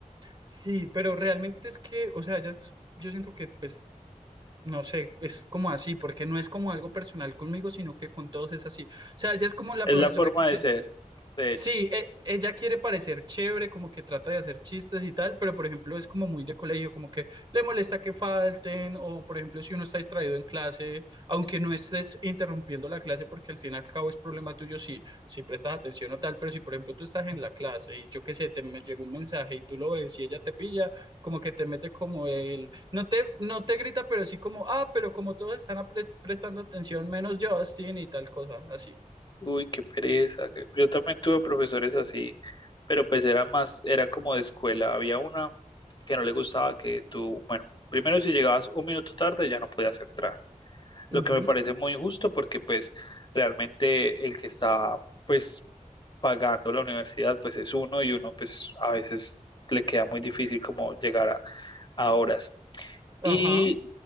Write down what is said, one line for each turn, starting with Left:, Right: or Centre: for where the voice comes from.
Right: sí, pero realmente es que, o sea, ya es- yo siento que, pues, no sé, es como así, porque no es como algo personal conmigo, sino que con todos es así. O sea, ya es como la
Left: Es
Right: profesora
Left: la forma
Right: que quiere
Left: de ser, de hecho.
Right: Sí, e- ella quiere parecer chévere, como que trata de hacer chistes y tal, pero por ejemplo es como muy de colegio, como que le molesta que falten, o por ejemplo si uno está distraído en clase, aunque no estés interrumpiendo la clase, porque al fin y al cabo es problema tuyo si, si prestas atención o tal, pero si por ejemplo tú estás en la clase y yo qué sé, te me llegó un mensaje y tú lo ves y ella te pilla, como que te mete como el, no te, no te grita, pero sí como, ah, pero como todos están apres- prestando atención, menos Justin y tal cosa, así.
Left: Uy, qué pereza. que- Yo también tuve profesores así, pero pues era más, era como de escuela. Había una que no le gustaba que tú, bueno, primero si llegabas un minuto tarde ya no podías entrar.
Right: Ujú,
Left: lo que me parece muy injusto porque pues realmente el que está pues pagando la universidad pues es uno y uno pues a veces le queda muy difícil como llegar a, a horas.
Right: Ajá.
Left: Y